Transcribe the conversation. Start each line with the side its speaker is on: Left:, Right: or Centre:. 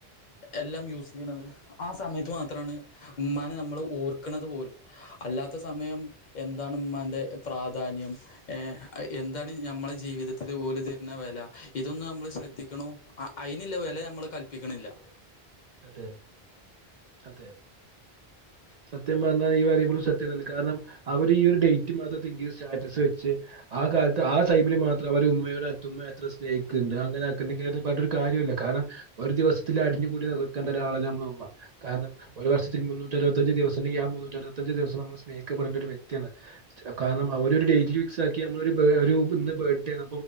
Left: എല്ലാം യൂസ് ചെയ്യുന്നത് ആ സമയത്ത് മാത്രമാണ് ഉമ്മാനെ നമ്മള് ഓർക്ക്ണത് പോലും അല്ലാത്ത സമയം എന്താണ് ഉമ്മാൻ്റെ പ്രാധാന്യം എന്താണ് ഞമ്മളെ ജീവിതത്തില് ഓല് തരുന്ന വെല ഇതൊന്ന് നമ്മള് ശ്രദ്ധിക്ക്ണു അയിനില്ലേ വെല നമ്മള് കല്പ്പിക്ക്ണില്ലാ
Right: അതെ അതെയതെ സത്യം പറഞ്ഞാല് ഈ <unintelligible> സത്യം തന്നെ കാരണം അവര് ഈ ഒരു ഡേറ്റ് മാത്രം തിങ്ക് ചെയ്ത് സ്റ്റാറ്റസ് വെച്ച് ആ കാലത്ത് ആ <unintelligible> മാത്രം അവര് ഒരു ഉമ്മയെ അത്തുമ്മയെ അത്ര സ്നേഹിക്ക്ണ്ട് അങ്ങനാക്ക് പറഞ്ഞിട്ട് ഒരു കാര്യല്ല ല്ല കാര്ണം ഒരു ദിവസത്തില് അടിഞ്ഞു കൂടിയ കണ്ട ഒരാളല്ലാ നമളെ ഉമ്മ കാരണം ഒരു വർഷത്തിൽ. മുന്നൂറ്ററുവത്തഞ്ച് ദിവസണ്ടെകി ആ മുന്നൂറ്റ അറുവത്തഞ്ച് ദിവസം നമ്മള് സ്നേഹി ക്കാ പെടേണ്ട ഒരു വ്യക്തിയാണ് കാരണം അവരൊരു ഡേറ്റിൽ ഫിക്സ് ആക്കി നമ്മള് <unintelligible> ഇന്ന് ബർഡേണ്